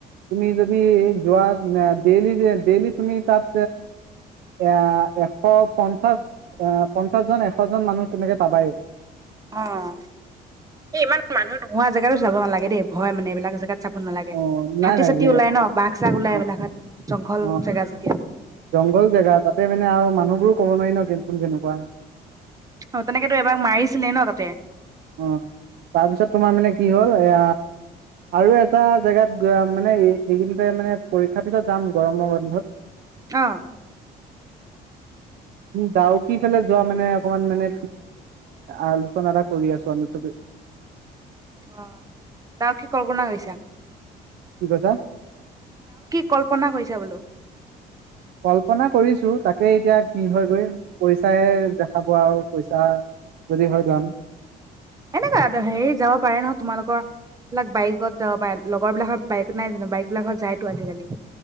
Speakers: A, on the right; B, on the right.
A: তুমি যদি যোৱা ডেইলি, ডেইলি তুমি তাত এ অ', এশ পঞ্চাছ অ', পঞ্চাশ জন এশজন মানুহ তেনেকে পাবায়।
B: অ', এই ইমান মানুহ নোহোৱা জেগাতো যাব নালাগে দেই ভয় মানে এইবিলাক জেগাত চাব নালাগে
A: অ নাই
B: হাতী
A: নাই
B: চাতি
A: ৰি
B: ওলাই ন' বাঘ চাঘ ওলাই
A: অ
B: এইবিলাকত। জংঘল
A: অ
B: জেগা যেতিয়া।
A: জংঘল জেগা তাতে মানে আৰু মানুহবোৰো ক'ব নোৱাৰি ন' কেনেকুৱা, কেনেকুৱা।
B: অ তেনেকেতো এবাৰ মাৰিছিলে ন তাতে
A: অ', তাৰপিছত তোমাৰ মানে কি হ'ল এয়া আৰু এটা জেগাত মানে এইকিনতে মানে পৰীক্ষাৰ পিছত যাম গৰমৰ বন্ধত
B: অঁ
A: যাও কিফালে যোৱা মানে অকমান মানে আলোচনা এটা কৰি আছো আি চবি
B: অ দও <unintelligible>
A: কি কৈছা
B: কল্পনা কৰিছা বোলো
A: কল্পনা কৰিছো তাকে এতিয়া কি হয় গৈ পইচাই দেখা পোৱা আৰু পইচা যদি হয় যাম
B: এনেককাুৱা হেৰি যাব পাৰে নহয় তোমালোকৰ এইিলাক বাইকত যাব পাৰে লগৰ বিলাকত বাইকত নাই জানো বাইক বিলাকত যায়তো আজিকালি